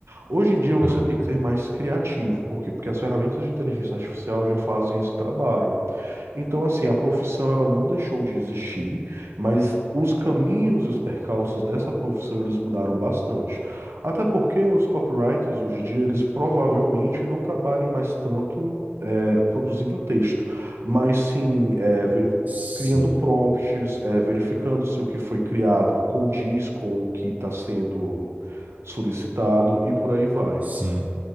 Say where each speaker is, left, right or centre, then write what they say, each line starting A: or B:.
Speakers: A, on the right; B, on the right.
A: Hoje em dia você
B: aham.
A: tem que ser mais criativo, por quê? Porque as ferramentas de inteligência artificial já fazem esse trabalho. Então, assim, a profissão ela não deixou de existir, mas os caminhos e os percalços dessa profissão eles mudaram bastante. Até porque os copywriters hoje em dia eles provavelmente não trabalhem mais tanto é, produzindo texto, mas sim é, veri-
B: Sim,
A: criando prompts, é, verificando se o que foi criado condiz com o que está sendo solicitado e por aí vai.
B: sim.